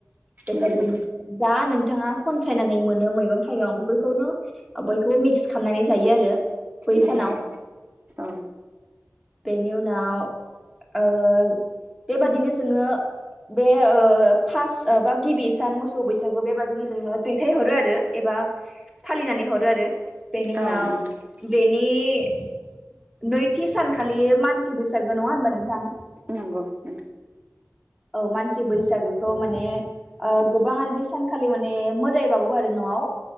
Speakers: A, in the centre; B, on the right.
A: बेबायदिनो
B: नंगौ
A: जा नोंथाङा खनसायनानै मोनो मैगं-थाइगं बेफोरखौनो बयखौबो मिक्स खालामनानै जायो आरो बै
B: नंगौ
A: सानाव
B: औ
A: बेनि उनाव ओ बेबादिनो जोङो बे ओ फास्ट बा गिबि सान मोसौ बैसागु बेबादिनो जोङो दैथायहरो आरो एबा फालिनानै हरो आरो बेनि उनाव
B: औ नोंथां
A: बेनि नैथि सानखालि मानसि बैसागो नङा होनबा नोंथां
B: नंगौ नोंथां
A: औ मानसि बैसागोखौ माने ओ गोबांनो बे सानखालि माने मोदायबावो आरो न'आव